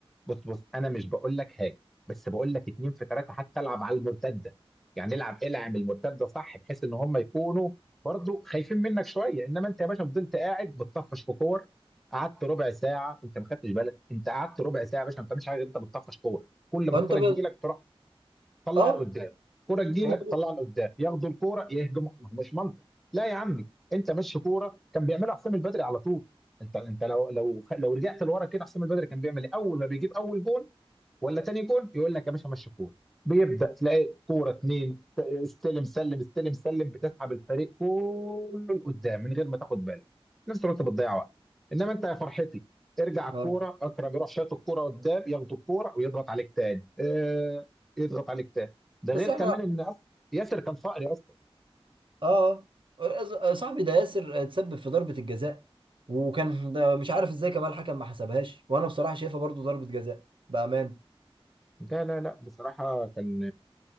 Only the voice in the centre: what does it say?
بص بص انا مش بقول لك حاجه بس بقول لك اتنين في ثلاثه حتى العب على المرتده يعني العب العب المرتده صح بحيث ان هم يكونوا برضو خايفين منك شويه انما انت يا باشا فضلت قاعد بتطفش في كور قعدت ربع ساعه انت ما خدتش بالك انت قعدت ربع ساعه يا باشا ما بتعملش حاجه غير انت بتطفش كور كل ما
الكوره
تجي لك تروح طلع
لقدام كرة تجيلك
طلع لقدام ياخدوا الكرة يهجموا ما هو مش منطق لا يا عمي انت ماشي كوره كان بيعملها حسام البدري على طول انت انت لو لو لو رجعت لورا كده حسام البدري كان بيعمل ايه اول ما بيجيب اول جون ولا تاني جون يقول لك يا باشا مشي كوره بيبدا تلاقي كوره اتنين ت- استلم سلم استلم سلم بتسحب الفريق كله لقدام من غير ما تاخد بالك في نفس الوقت بتضيع وقت انما انت يا فرحتي ارجع الكوره
اكرم يروح شايط الكوره قدام ياخد الكوره ويضغط عليك تاني آه، يضغط عليك تاني ده
غير
كمان ان أص- ياسر كان فقري اصلا
لا لا لا بصراحه كان